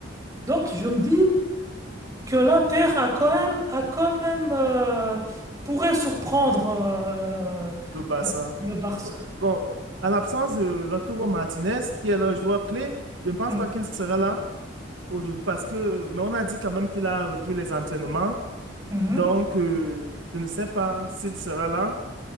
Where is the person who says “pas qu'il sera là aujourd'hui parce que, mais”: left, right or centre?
Right